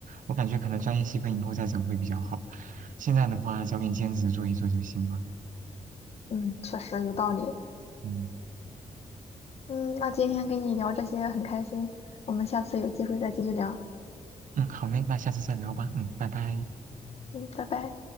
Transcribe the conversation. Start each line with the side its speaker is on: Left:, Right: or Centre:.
Right: 我感觉可能专业细分以后再找会比较好。现在的话，找点兼职做一做就行了。
Left: 嗯，确实有道理。
Right: 嗯嗯
Left: 嗯，那今天跟你聊这些很开心，我们下次有机会再继续聊。
Right: 嗯好嘞，那下次再聊吧。嗯，拜拜。
Left: 嗯，拜拜。